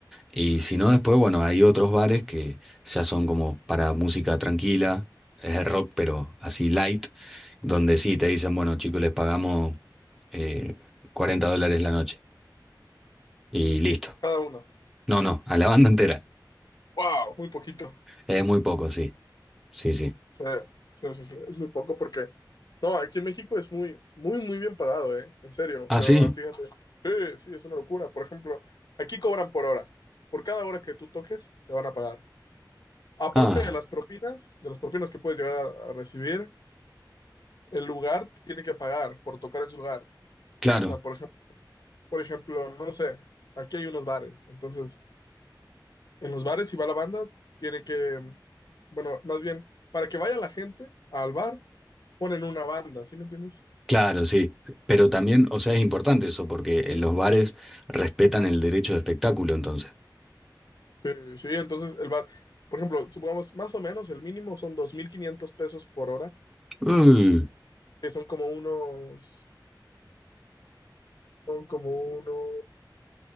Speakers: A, in the centre; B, on the left.
A: Y si no, después, bueno, hay otros bares que ya son como para música tranquila, es rock, pero así light, donde sí te dicen, bueno, chicos, les pagamos eh, 40 dólares la noche y listo.
B: cada una.
A: No, no, a la banda <laughs> entera.
B: ¡Wow! Muy poquito.
A: Es muy poco, sí. Sí, sí.
B: Sí, sí, sí, sí, es muy poco porque, no, aquí en México es muy, muy, muy bien pagado, ¿eh? En serio,
A: Ah,
B: de
A: sí.
B: verdad, fíjate. Sí, sí, es una locura. Por ejemplo, aquí cobran por hora. Por cada hora que tú toques, te van a pagar. Aparte
A: Ah,
B: de las propinas, de las propinas que puedes llegar a, a recibir, el lugar te tiene que pagar por tocar en su lugar.
A: claro.
B: O sea, por ejemplo, por ejemplo, no sé, aquí hay unos bares, entonces en los bares, si va la banda, tiene que, bueno, más bien, para que vaya la gente al bar, ponen una banda, ¿sí me entiendes?
A: Claro, sí, pero también, o sea, es importante eso porque eh, los bares respetan el derecho de espectáculo, entonces.
B: Eh, sí, entonces el bar, por ejemplo, supongamos, más o menos el mínimo son 2.500 pesos por hora,
A: Uy,
B: que son como unos, son como unos